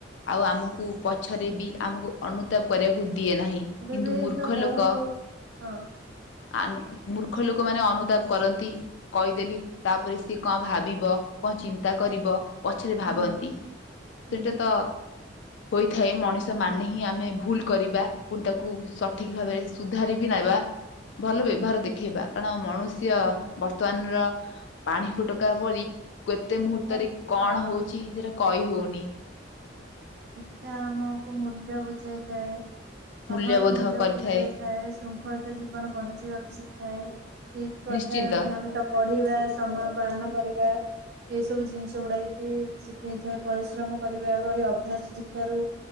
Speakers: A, on the left; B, on the right.
A: ଆଉ ଆମୁକୁ ପଛରେ ବି ଆମକୁ ଅନୁତାପ କରିବାକୁ ଦିଏ ନାହିଁ
B: ଏବେ
A: କିନ୍ତୁ
B: ବି
A: ମୂର୍ଖ
B: ତ ବହୁତ
A: ଲୋକ
B: ହଁ
A: ଆନୁ ମୂର୍ଖ ଲୋକୋ ମାନେ ଅନୁତାପ କର ନ୍ତି କହିଦେଲି ତାପରେ ସିଏ କଁ ଭାବିବ କଁ ଚିନ୍ତା କରିବ। ପଛରେ ଭାବନ୍ତି
B: ହୁଁ ହୁଁ।
A: ସେଟା ତ ହୋଇଥାଏ ମଣିଷ ମାନେ ହିଁ ଆମେ ଭୁଲ କରିବା ପୁଣି ତାକୁ ସଠିକ ଭାବରେ ସୁଧାରିବିି ନାଇବା। ଭଲ ବ୍ୟବହାର ଦେଖେଇବା କାରଣ ମଣୁଷ୍ୟ
B: ଆଚ୍ଛା
A: ଅନର୍ ପାଣି ଫୋଟୋକା ପରି କ୍ୟତେ
B: ଶିକ୍ଷା
A: ମୁହୂର୍ତ୍ତରେ କଣ
B: ହଁ
A: ହୋଉଛି ସେଟା କଇହୋଉନି।
B: ଶିକ୍ଷା ଆମକୁ ମୂଲ୍ୟ ବୁଝାଇଥାଏ। ସମୟର
A: ମୂଲ୍ୟବୋଧ
B: ମୂଲ୍ୟ
A: କରିଥାଏ
B: ବୁଝେଇଥାଏ। ଶୃଙ୍ଖଳିତ ଜୀବନ ବଞ୍ଚିବାକୁ ଶିଖାଏ। ଠିକ କ
A: ନିଶ୍ଚିନ୍ତ
B: ତଥା ନିୟମିତ ପଢିବା ସମୟ ପାଳନ କରିବା। ଏଇ ସବୁ ଜିନିଷ ଗୁଡା ବି ଶିଖେଇଥାଏ ପରିଶ୍ରମ କରିବା ଭଳି ଅ ଅଭ୍ୟାସ ଶିକ୍ଷାରୁ